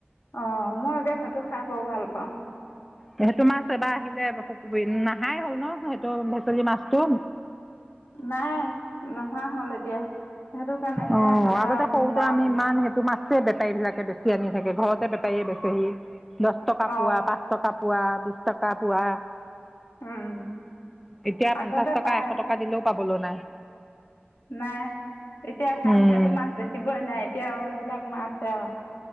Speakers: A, on the left; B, in the centre.
A: অ মই একে সেইটো খাই বৰ ভাল পাওঁ ।
B: সেইটো মাছ এবাৰ আহিলে হুকুৱাবী খাই হ'ল ন সেইটো ভেচেলি মাছটো?
A: নাই নোহোৱা হ'ল এতিয়া সেইটো কাৰণেহে
B: অ'
A: এতিয়া
B: আগতে
A: নোৱাৰা
B: সৰুতে আমি
A: হ'লো।
B: ইমান সেইটো মাছ বেপাৰীবিলাকে বেছি আনি থাকে ঘৰতে বেপাৰীয়ে বেচেহি। দশটকা পোৱা,
A: অ',
B: পাঁচটকা পোৱা। বিশটকা পোৱা।
A: উম,
B: এতিয়া
A: আগতে
B: পঞ্চাশ টকা-
A: পায়,
B: এশ টকা দিলেও পাব বলৈ নাই।
A: নাই। এতিয়া সেয়া-
B: উম
A: সেইটো মাছ দেখিবই নাই। এতিয়া আও এইবিলাক মাছহে আও